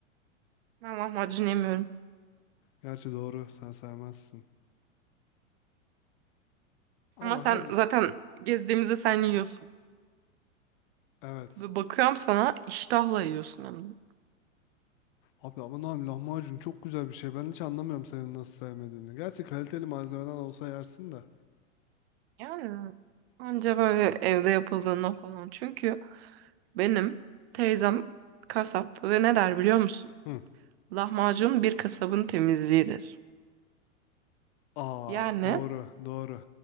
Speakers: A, on the right (about 50°); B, on the left (about 45°).
A: Ben lahmacun yemiyorum.
B: Gerçi doğru, sen sevmezsin. Ama
A: Ama sen
B: hadi,
A: zaten gezdiğimizde sen yiyorsun.
B: evet.
A: Ve bakıyorum sana iştahla yiyorsun hem de.
B: Abi aman abi lahmacun çok güzel bir şey. Ben hiç anlamıyorum senin nasıl sevmediğini. Gerçi kaliteli malzemeden olsa yersin de.
A: Yani anca böyle evde yapıldığında falan. Çünkü Benim teyzem kasap ve ne der biliyor musun?
B: Hı.
A: Lahmacun bir kasabın temizliğidir.
B: Aa
A: Yani
B: doğru doğru.